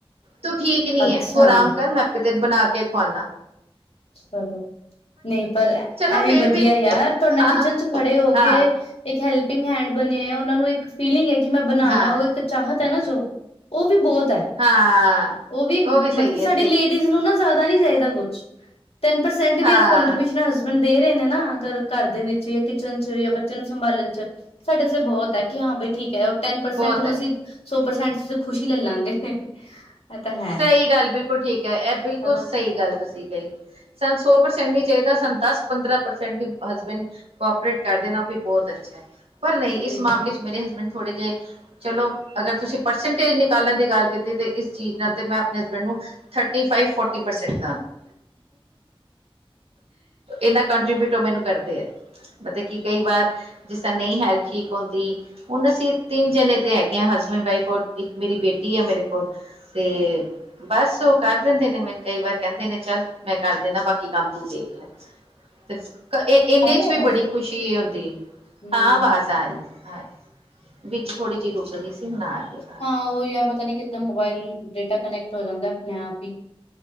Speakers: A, on the right; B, on the left.
A: ਤੂੰ ਠੀਕ ਨਹੀਂ
B: ਅੱਛਾ
A: ਐ, ਤੂੰ ਆਰਾਮ ਕਰ ਮੈਂ ਆਪ। ਤ <unintelligible> ਬਣਾ ਕੇ ਖਵਾਣਾ।
B: ਚਲੋ ਨਹੀਂ ਪਰ ਇਹ
A: ਚਲੋ ਫੇਰ
B: ਵੀ ਵਧੀਆ ਯਾਰ ਤੁਹਾਡੇ
A: ਹਾਂ
B: ਕਿਚਨ ਚ ਖੜੇ ਹੋ
A: ਹਾਂ
B: ਕੇ, ਇੱਕ ਹੈਲਪਿੰਗ ਹੈਂਡ ਬਣੇ, ਉਹਨਾਂ ਨੂੰ ਇੱਕ ਫੀਲਿੰਗ ਹੈ ਕਿ ਮੈਂ ਬਣਾਉਨਾਂ
A: ਹਾਂ ਹਾਂ
B: ਉਹ ਚਾਹਤ ਹੈ ਨਾ ਜੋ ਉਹ ਵੀ ਬਹੁਤ ਐ
A: ਹਾਂ
B: ਉਹ ਵੀ ਮਤਲਬ
A: ਸਹੀ
B: ਕੀ ਸਾਡੀ
A: ਹੈ ਸਹੀ
B: ਲੇਡੀਜ਼ ਨੂੰ ਨਾ ਜ਼ਿਆਦਾ ਨੀ ਚਾਹੀਦਾ ਕੁਛ। ਟੈਨ ਪਰਸੈਂ ਵੀ
A: ਹਾਂ
B: ਉਦੇ ਕੋਂਟਰ ਵਿਚ ਹਸਬੈਂਡ ਦੇ ਰਹੇ ਨੇ ਨਾ ਅਗਰ ਘਰ ਦੇ ਵਿੱਚ ਜਾਂ ਕਿਚਨ ਚ ਜਾਂ ਬੱਚਿਆਂ ਨੂੰ ਸੰਭਾਲਣ ਚ ਸਾਡੇ ਸ ਬਹੁਤ। ਕਿ ਹਾਂ ਬਾਈ ਠੀਕ ਹੈ ਉਹ ਟੈਨ ਪਰਸੈਂਟ
A: ਬਹੁਤ
B: ਨੂੰ
A: ਹੈ
B: ਅਸੀਂ ਸੌ ਪ੍ਰਸੈਂਟ ਚ ਖੁਸ਼ੀ ਲੈ ਲਾਂਗੇ ਤਾਂ ਹੈ
A: ਸਹੀ ਗੱਲ, ਬਿਲਕੁਲ ਠੀਕ ਹੈ, ਇਹ ਬਿਲਕੁਲ
B: ਹਨਾ
A: ਸਹੀ ਗੱਲ ਤੁਸੀਂ ਕਹੀ। ਸਾਨੂੰ ਸੌ ਪ੍ਰਸੈਂਟ ਨੀ ਚਾਹੀਦਾ, ਸਾਨੂੰ ਦਸ ਪੰਦਰਾਂ ਪ੍ਰਸੈਂਟ ਵੀ ਹਸਬੈਂਡ। ਕੋਪਰੇਟ ਕਰਦੇ ਨੇ ਉਹ ਵੀ ਬਹੁਤ ਅੱਛਾ ਹੈ, ਪਰ ਨਹੀਂ
B: ਠੀਕ
A: ਇਸ
B: ਹੈ
A: ਮਾਮਲੇ ਚ ਮੇਰੇ ਹਸਬੈਂਡ ਥੋੜੇ ਜਿਹੇ, ਚਲੋ ਅਗਰ ਤੁਸੀਂ ਪਰਸੈਂਟੇਜ ਨਿਕਾਲਣ ਦੀ ਗੱਲ ਕੀਤੀ ਤੇ ਇਸ ਚੀਜ਼ ਨਾਲ। ਤੇ ਮੈਂ ਆਪਣੇ ਹਸਬੈਂਡ ਨੂੰ ਥਰਟੀ ਫਾਈਵ- ਫੋਟੀ ਪਰਸੈਂਟ ਦਾਂਗੀ ਇੰਨਾ ਕੰਟਰੀਬਿਊਟ, ਉਹ ਮੈਨੂੰ ਕਰਦੇ ਹੈ, ਮਤਲਬ ਕਿ ਕਈ ਵਾਰ। ਜਿਸ ਤਰ੍ਹਾਂ ਹੈਲਥ ਠੀਕ ਹੁੰਦੀ ਹੁਣ ਅਸੀਂ ਤਿੰਨ ਜਣੇ ਤੇ ਹੈਗੇ ਹਾਂ, ਹਸਬੈਂਡ ਵਾਈਫ ਔਰ ਇੱਕ ਮੇਰੀ ਬੇਟੀ ਆ ਮੇਰੇ ਕੋਲ। ਤੇ ਬਸ ਉਹ ਕਰ ਦਿੰਦੇ ਨੇ ਮੈਨੂੰ ਕਈ ਵਾਰ ਕਹਿੰਦੇ ਨੇ ਚੱਲ ਮੈਂ ਕਰ ਦੇਦਾ ਬਾਕੀ ਕੰਮ ਤੂੰ ਦੇਖ ਲੈ ਤੇ <inaudible> ਇਹ ਇਹਨੇ
B: ਆ ਰਹੀ
A: ਚ
B: ਹੈ
A: ਵੀ
B: ਬਸ
A: ਬੜੀ ਖੁਸ਼ੀ ਹੁੰਦੀ ਹੈ,
B: ਹਮ
A: ਹਾਂ ਆਵਾਜ਼ ਆ ਰਹੀ, ਆ ਰਹੀ। ਵਿੱਚ ਥੋੜ੍ਹੀ ਜਿਹੀ ਰੁਕ ਗ਼ੀ ਸੀ ਹੁਣ ਆ ਰਹੀ ਹੈ ਆਵਾਜ਼
B: ਹਾਂ ਉਈ ਯਾਰ, ਪਤਾ ਨੀ ਕਿੱਦਾਂ ਮੋਬਾਇਲ ਡੇਟਾ ਕਨੈਕਟ ਹੋ ਜਾਂਦਾ, ਆਪਣੇ ਆਪ ਹੀ।